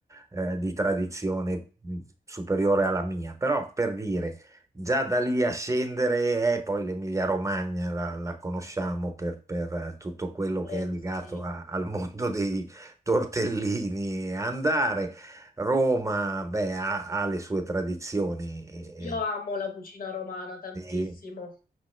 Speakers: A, on the right; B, on the left.
A: eh, di tradizione mh, superiore alla mia, però per dire, già da lì a scendere, eh, poi l'Emilia-Romagna la, la conosciamo per, per, eh, tutto quello che
B: Eh
A: è legato
B: sì,
A: a- al mondo dei tortellini e andare. Roma, beh, ha, ha le sue tradizioni. e-
B: io amo la cucina romana tantissimo.
A: e-